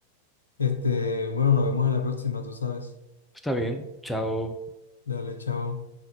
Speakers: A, on the left; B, in the centre.
A: Este, bueno, nos vemos en la próxima, tú sabes.
B: Está bien, chao.
A: Dale, chao.